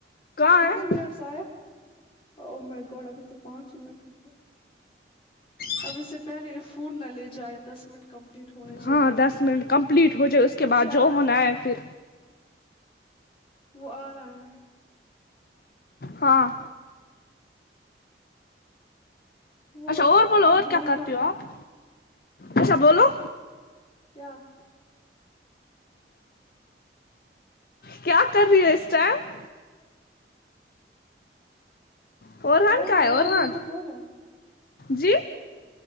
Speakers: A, on the left (about 55°); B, on the left (about 30°).
A: کہاں
B: کتنے
A: ہے
B: منٹ سے آئے او میں گوڈ ابھی تو پانچ ہی منٹ ہوئے
A: ہ
B: اب اس سے پہلے فون نہ لے جائے دس منٹ کمپلیٹ ہونے چاہیے
A: ہاں دس منٹ کمپلیٹ ہو جائے اس کے
B: وہ
A: بعد
B: شاید
A: جو ہونا
B: آ رہا ہے
A: پھر
B: وہ آ رہا ہے
A: ہاں
B: وہ
A: اچھا اور بولو
B: آپ کو
A: اور
B: ڈھونڈ
A: کیا کرتے
B: رہا
A: ہو آپ
B: ہے
A: اچھا بولو
B: کیا
A: کیا کر رہی ہو اس ٹائم اورحان
B: کون
A: کہا ہے
B: وہاں
A: اورحان
B: نیچے کون ہے
A: جی